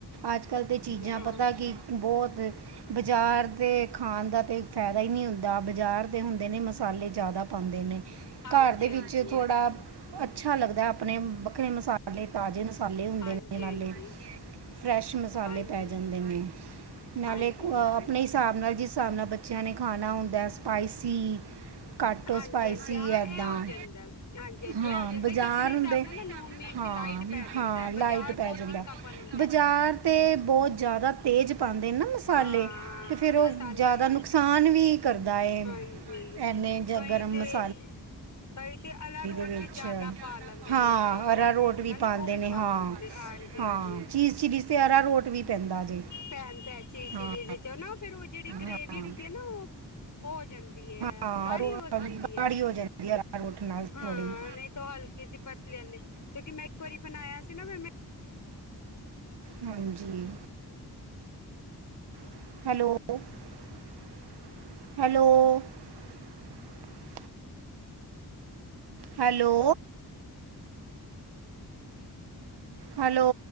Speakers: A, on the right; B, on the left.
A: ਅੱਜ ਕੱਲ ਤਾਂ ਚੀਜ਼ਾਂ
B: ਹਾਂ
A: ਪਤਾ ਕਿ ਬਹੁਤ, ਬਜ਼ਾਰ ਦੇ ਖਾਣ ਦਾ ਤਾਂ, ਫਾਇਦਾ ਹੀ ਨਹੀਂ ਹੁੰਦਾ। ਬਜ਼ਾਰ, ਦੇ ਹੁੰਦੇ ਨੇ ਮਸਾਲੇ ਜ਼ਿਆਦਾ ਪਾਉਂਦੇ ਨੇ।
B: ਹਾਂਜੀ
A: ਘਰ ਦੇ ਵਿੱਚ
B: ਹਾਂਜੀ ਹਾਂਜੀ
A: ਥੋੜ੍ਹਾ, ਅੱਛਾ ਲੱਗਦਾ ਹੈ ਆਪਣੇ ਵੱਖਰੇ ਮਸਾਲੇ ਤਾਜ਼ੇ। ਮਸਾਲੇ ਹੁੰਦੇ
B: ਹਾਂਜੀ
A: ਨੇ। ਨਾਲੇ ਫਰੈਸ਼ ਮਸਾਲੇ
B: ਹਾਂਜੀ
A: ਪੈ ਜਾਂਦੇ ਨੇ। ਨਾਲੇ
B: ਹਾਂਜੀ
A: ਆਪਣੇ
B: ਹਾਂਜੀ
A: ਹਿਸਾਬ ਨਾਲ ਜਿਸ, ਹਿਸਾਬ ਨਾਲ ਬੱਚਿਆਂ ਨੇ ਖਾਣਾ ਹੁੰਦਾ ਸਪਾਈਸੀ। ਘੱਟੋ
B: ਹਾਂਜੀ
A: ਸਪਾਈਸ,
B: ਹਾਂਜੀ
A: ਸੀ
B: ਹਾਂ
A: ਏਦਾਂ।
B: ਇਹ ਹੋ ਜਾਂਦਾ ਹਾਂਜੀ ਹਾਂਜੀ
A: ਹਾਂ
B: ਇਹ ਹੋ ਜਾਂਦਾ
A: ਬਜ਼ਾਰ
B: ਕਿ ਆਪਣੇ
A: ਹੁੰਦੇ
B: ਹਿਸਾਬ ਨਾਲ ਨਾ ਲੂਣ ਮਿਰਚ
A: ਹਾਂ
B: ਲਾਈਟ ਪੈ ਜਾਂਦਾ
A: ਹਾਂ ਲਾਈਟ
B: ਬਾਜ਼ਾਰ
A: ਪੈ
B: ਬਹੁਤ
A: ਜਾਂਦਾ
B: ਤਿੱਖਾਪਨ ਹੁੰਦਾ
A: ਬਜ਼ਾਰ ਤੇ ਬਹੁਤ ਜ਼ਿਆਦਾ ਤੇਜ਼ ਪਾਉਂਦੇ ਨਾ ਮਸਾਲੇ
B: ਹਾਂ
A: ਤੇ ਫਿਰ
B: ਮਸਾਲੇ
A: ਉਹ ਜ਼ਿਆਦਾ ਨੁਕਸਾਨ ਵੀ, ੀ <inaudible> ਕਰਦਾ ਹੈ।
B: ਹਾਂਜੀ ਹਾਂਜੀ
A: ਇਨੇ ਜਾਂ
B: ਕਈ
A: ਗਰਮ
B: ਤੇ
A: ਮਸਲ
B: ਕਈ ਤੇ ਅਲਾਰੋਟ
A: ਵਿੱਚ
B: ਵੀ ਜਿਆਦਾ ਪਾ ਲੈਂਦੇ
A: ਹਾਂ
B: ਨੇ ਅਲਾਰੋਟ
A: ਅਰਾਰੋਟ
B: ਵੀ ਹੁੰਦਾ ਨਾ
A: ਪਾਉਂਦੇ
B: ਉਹ ਵੀ
A: ਨੇ
B: ਪਾ
A: ਹਾਂ
B: ਲੈਂਦੇ ਨੇ। ਹਾਂਜੀ-ਹਾਂਜੀ।
A: ਹਾਂ ਚੀਜ਼ ਚਿੱਲੀ ਤੇ ਅਰਾਰੋਟ ਵੀ ਪੈਂਦਾ ਜੇ
B: ਪੈਂਦਾ ਚੀਜ ਚੀਲੀ
A: ਹਾਂ
B: ਚ ਨਾ ਫਿਰ ਉਹ ਜਾਂਦਾ ਗਰੇਵੀ
A: ਹਾਂ
B: ਹੁੰਦੀ ਆ ਨਾ ਉਹ, ਹੋ ਜਾਂਦੀ ਹੈ
A: ਹਾਂ
B: ਗਾੜੀ
A: ਰੋ
B: ਹੋ
A: ਗਾੜੀ
B: ਜਾਂਦੀ ਹੈ।
A: ਹੋ ਜਾਂਦੀ ਹੈ ਅਰਾਰੋਟ ਨਾਲ
B: ਹਾਂ
A: ਥੋੜ੍ਹੀ
B: ਨਹੀਂ ਤਾਂ ਹਲਕੇ ਸੀ ਪਤ ਲਿਆਂਦੇ। ਕਿਉਂਕਿ ਮੈਂ ਇੱਕ ਵਾਰੀ ਬਣਾਇਆ ਸੀ, ਚਿੰਨਾ ਭਿਰ ਮੈਂ <unintelligible>
A: ਹਾਂਜੀ। ਹੈਲੋ-ਹੈਲੋ। ਹੈਲੋ। ਹੈਲੋ,